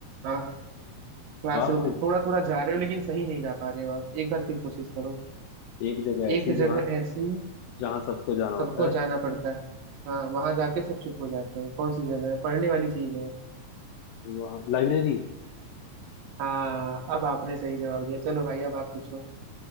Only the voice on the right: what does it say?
हाँ क्लासरूम
थोड़ा थोड़ा जा रहे हो लेकिन सही नहीं जा पा रहे हो आप एक बार फिर कोशिश करो
एक जगह
ऐसी
सबको
जाना पड़ता है हाँ वहां जाके सब चुप हो जाते हैं कौन सी जगह है पढ़ने वाली चीज है
हाँ अब आपने सही जवाब दिया चलो भाई अब आप पूछो